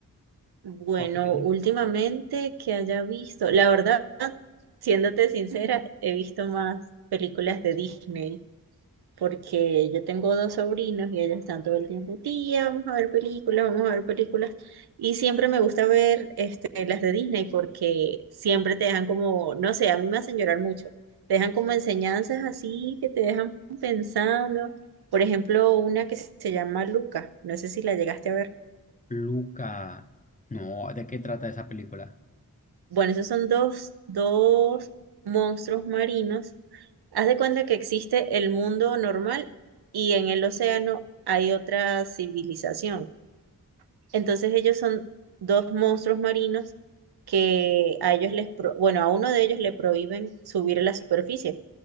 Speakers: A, on the right; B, on the left.
A: Bueno,
B: o serie?
A: últimamente que haya visto, la verdad, siéndote sincera, he visto más películas de Disney. porque yo tengo dos sobrinos y ellos están todo el tiempo, tía, vamos a ver películas, vamos a ver películas. Y siempre me gusta ver este, las de Disney porque siempre te dejan como, no sé, a mí me hacen llorar mucho. Te dejan como enseñanzas así que te dejan pensando. Por ejemplo, una que se llama Luca, no sé si la llegaste a ver.
B: Luca. No, ¿de qué trata esa película?
A: Bueno, esos son dos, dos monstruos marinos. Haz de cuenta que existe el mundo normal y en el océano hay otra civilización. Entonces ellos son dos monstruos marinos que a ellos les, pro- bueno, a uno de ellos le prohíben subir a la superficie